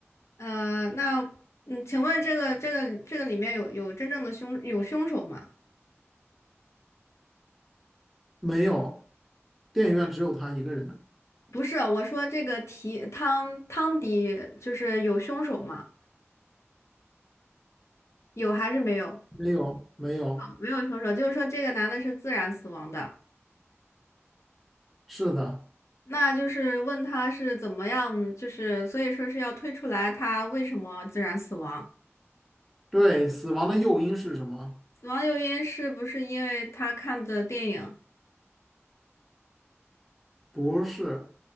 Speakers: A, on the left; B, in the centre.
A: 呃，那嗯，请问这个这个这个里面有有真正的凶有凶手吗？
B: 没有，电影院只有他一个人，
A: 不是，我说这个题汤汤底就是有凶手吗？有还是没有？
B: 没有，没有，
A: 没有凶手，就是说这个男的是自然死亡的，
B: 是的，
A: 那就是问他是怎么样，就是所以说是要推出来他为什么自然死亡，
B: 对，死亡的诱因是什么？
A: 死亡诱因是不是因为他看的电影？
B: 不是，